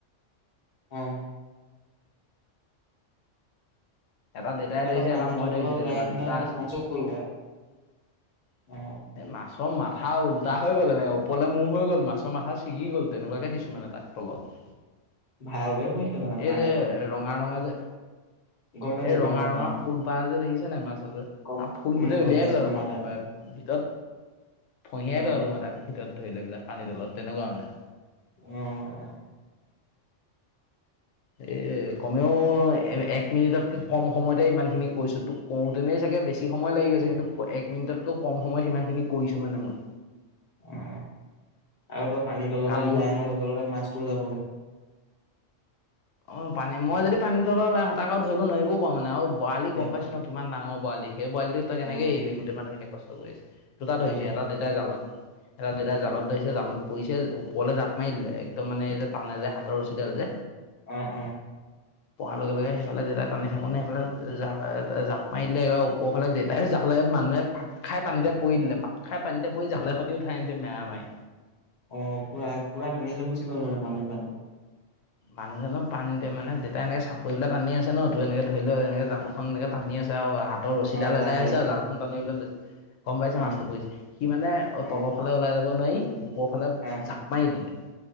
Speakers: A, on the left (about 40°); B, on the left (about 85°).
A: অ
B: এটা দেতাই
A: আৰু
B: ধৰিছে
A: তই পানীৰ
B: এটা মই
A: তলৰ
B: ধৰিছো
A: পৰা ওলাই
B: তেনেকুৱা
A: আহিলে
B: দুটা
A: আৰু সেইটো
B: আছিলে
A: মাছো
B: এ
A: গ'লগে আৰু অ
B: মাছৰ মা মাথা উল্টা হৈ গ'ল এনে ওৰলে মহ হৈ গ'ল মাছৰ মাথা ছিগি গ'ল তেনেকুৱাকে দিছো মানে তাক তলত
A: ভালকে কৰিছিলে মানে পানীৰ
B: এই যে
A: তলত
B: ৰঙা ৰঙা যে
A: গম পাইছো
B: এই ৰঙা
A: গম পাইছো
B: ৰঙা
A: অ
B: ফুলপাহ যে দেখিছা নাই মাছ যে ত
A: গম
B: ফুল
A: উম
B: গোটেই
A: গম
B: উলিয়াই
A: পাইছো
B: পেলাল মই
A: মাথাটো
B: ভিতৰত খহিয়াই
A: অ
B: পেলালো মই তাক ভিতৰত ধৰি লৈ পেলাই পানী তলত তেনেকুৱা মানে
A: উম
B: এ কমেও এক মিনিটতকে কম সময়তে ইমান খিনি কৈছো তোক কওঁতেনে চাগ ে বেছি সময় লাগি গৈছে কিন্তু এক মিনিটতকৈ কম সময়ত সিমান খিনি কৰিছো মানে মই
A: অ, আৰু তই পানী তলৰপ
B: কালি
A: পৰা ওলাই অহা লগে লগে মাছটোও যাবগে
B: অ, পানী মই যদি পানী তলা ওাই হঁা আৰু ধৰিব নোৱাৰিবও পাৰো মানে আৰু বৰালি গম
A: এ
B: পাইছো ন কিমান ডাঙৰ পোৱালি সেই বোৱালিটো ত কেনেকে
A: অ
B: এৰিি গোটেই মানুহখিনি কষ্ট কৰি আছে দুটাত
A: তাকেইটো
B: ধৰি য এটা দেউতাই জালত এটা দেউতাই জালত ধৰিছে জালত পৰিছে ওপৰলে জাপ মাৰ দিলে একদম মানে এই যেটানে যে হাতৰ ওচ কিডাল যে
A: উ, অ,
B: পোৱাৰ লগে লগে সেইফালে দেতাই টানি থাকো নে সেইফালে জাপ মাৰ দিলেবাৰ ওপৰ ফালে দেউতাইে জাল মানুহে পাক খাই পানীতে পৰি দিলে পাক খাই পানীতে পৰি জালে সৈতি উঠাই আনিছে মেৰা মাৰি
A: অ, পুৰা পুৰা টানি লৈ গুচি গ'ল মানে মানুহজনক
B: বানিছে ন পানী মানে যেতিয়া এনেকে চাপৰিলে টানি আছে ন তো এনেকে ধৰি লও এনেকে জাল এক টানি আছে আৰু হাতৰ ৰছীডাল
A: অ লাহে
B: এদাই হৈছে
A: লাহে
B: আৰু জালখন আনিবলৈ ল গম পাইছে
A: অ
B: মাছটো পৰিছে সি মানে
A: অ
B: তলৰ ফালে ওলাই যাব নোৱাৰি ওপৰৰ ফালে
A: অ
B: জাপ মাৰি দিলে।